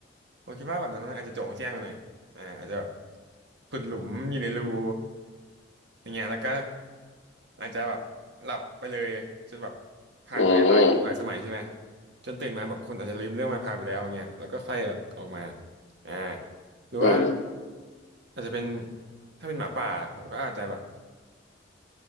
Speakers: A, on the right (about 65°); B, on the left (about 80°).
A: ผมคิดว่าแบบนั้นมันอาจจะโจ่งแจ้งไาหน่อยอ่าอาจจะแบบขุดหลุมอยู่ในรูอย่างเงี้ยแล้วก็ อาจจะแบบหลับไปเลยจนแบบผ่านไปหลายยุคหลายสมัยใช่ไหม
B: อืม
A: จนตื่นมาแบบคนอาจจะลืมเรื่องมาพาไปแล้วอย่างเงี้ยแล้วก็ค่อยแบบออกมาอ่าหรือว่า
B: อืม
A: อาจจะเป็นถ้าเป็นหมาป่าผมก็อาจจะแบบ